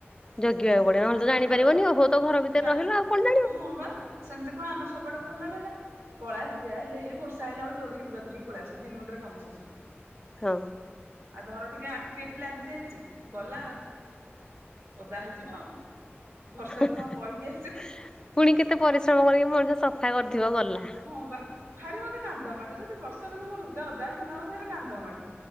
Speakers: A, on the left; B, on the right.
A: ଜଗିବାକୁ
B: ବନ୍ଦ
A: ପଡିବ
B: ବାନ୍ଦ
A: ନହେଲେ ତ ଜାଣିପାରିବନି
B: ଘର
A: ଓହୋ ତ ଘର ଭିତରେ
B: ଯା
A: ରହିଲ ଆଉ କଣ ଜାଣିବ
B: ହଁ ବା ସେମିତି କଣ ଆମର ସବୁ ବଡ ଖୋଲା ମେଲା। କଳା ହାଣ୍ଡିଆ ହେଲେ ହେଇ ବର୍ଷା ଆଇଲା ବୋଲି ଦଉଡିକି ଲୁଗା ଧରିକି ପଳେଇ ଆସ ଦି ମିନିଟ୍ ରେ କାମ ଶେଷ।
A: ହଁ।
B: ଆଉ ଧର ଟିକେ ଆଖି ଏଠି ଲାଗି ଯାଇଛି ଗଲା ଆଉ। ଓଦା ହେଇଯିବ ଆଉ। ବର୍ଷା
A: ପୁଣି
B: ବି କଣ କହିକି ଆସିବ
A: କେତେ ପରିଶ୍ରମ କରିବି ମଣିଷ ସ ଫା କରିଥିବ ଗଲା।
B: ହଁ ବା। ଭାରି ମତେ କାନ୍ଦ ମାଡ଼େ ଯଦି ବର୍ଷା ଦିନ ମୋ ଲୁଗା ଅଦା ହେଇଗଲା ମତେ ଭରି କାନ୍ଦ ମାଡେ।